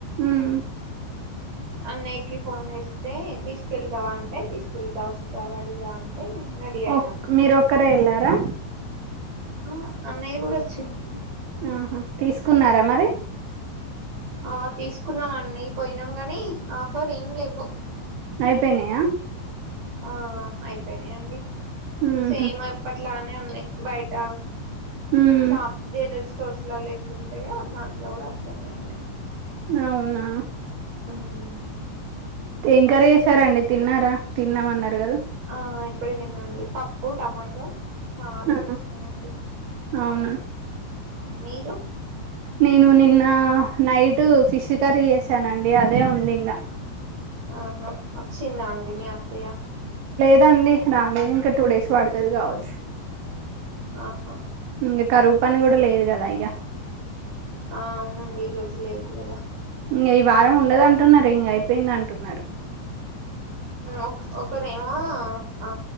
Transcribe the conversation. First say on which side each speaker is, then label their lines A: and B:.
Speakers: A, on the right; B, on the right.
A: ఉమ్
B: అన్నయ్యకి ఫోన్ చేస్తే తీసుకెళ్తావా అంటే తీసుకెళ్తా వస్తారా అడిగా అంటే రెడీ
A: ఓ
B: అయినా
A: మీరు ఒక్కరే వెళ్ళారా
B: ఆ అన్నయ్య కూడా వచ్చిండు
A: ఆహా తీసుకున్నారా మరి
B: ఆహ్ తీసుకున్నాం అండి పోయినాం గాని ఆఫర్ ఏమి లేవు
A: అయిపోయినాయా
B: ఆహ్ అయిపోనాయి అండి
A: మ్మ్హ,
B: సేమ్ అప్పట్లా ఉంది బయట
A: మ్మ్.
B: షాపూ <unintelligible> స్టోర్స్లోలో ఎట్లు ఉంటాయో దాంట్లో కూడా అట్లనే ఉన్నాయి.
A: అవునా
B: ఉమ్
A: ఏం కర్రీ చేసారాండి తిన్నారా తిన్నామన్నారు కదా.
B: ఆహ్ ఇప్పుడె తిన్నాండి పప్పు టమాటో చారూ
A: ఆ,
B: చేసినామండి.
A: అవునా
B: మీరు
A: నేను నిన్న నైట్ ఫిష్ కర్రీ చేసానండి అదే ఉంది ఇంకా
B: ఆహా అచ్చింద అండి మీ అత్తయా
A: అదండి రాలేదు ఇంకా టూ డేస్ పడుతది కావచ్చు.
B: ఆహా
A: ఇంక కరువు పని కూడా లేదు కదా ఇగా
B: ఆ అవునండి ఈరోజు లేదు కదా
A: ఇకా ఈ వారం ఉండదు అంటున్నారు ఇంక అయిపోయింది అంటున్నారు.
B: ఒక ఒకరేమో ఆ